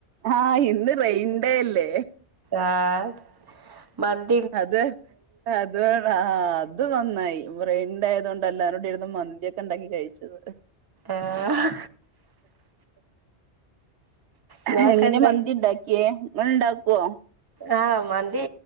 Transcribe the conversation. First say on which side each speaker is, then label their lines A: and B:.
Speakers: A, on the right (about 80°); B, on the right (about 25°).
A: ആഹ് ഇന്ന് റെയ്ൻഡേല്ലെ
B: ആഹ് മന്ത്
A: അതെ അതുവാണ് ആഹ് അത് നന്നായി വ്രയ്ൻഡേയ് ആയതോണ്ട് എല്ലാരൂടിര്ന്ന് മന്തിയ്‌ക്കെണ്ടാക്കി കഴിച്ചത്
B: ആഹ് നിങ്ങളൊക്കെ
A: എഹ്ഹ് എങ്ങനെയാ
B: എന്താ
A: മന്തിണ്ടാക്യേ ങ്ങള്ണ്ടാക്ക്വൊ
B: ആഹ് മന്തി